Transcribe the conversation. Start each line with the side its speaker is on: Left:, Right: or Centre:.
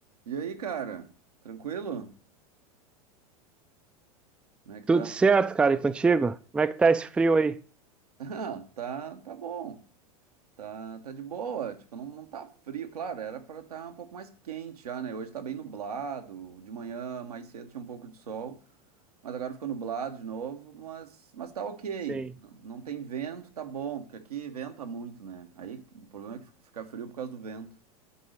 Right: E aí, cara? Tranquilo? Como é que
Centre: Tudo
Right: tá?
Centre: certo,
Right: <laughs>
Centre: cara, e contigo? Como é que tá esse frio aí?
Right: Ah, tá, tá bom. Tá, tá de boa. Tipo, não, não tá frio. Claro, era pra estar um pouco mais quente já, né? Hoje tá bem nublado. De manhã, mais cedo, tinha um pouco de sol. Mas agora ficou nublado de novo. Mas, mas tá ok.
Centre: Sim.
Right: N- Não tem vento, tá bom. Porque aqui venta muito, né? Aí o problema é que fica frio por causa do vento.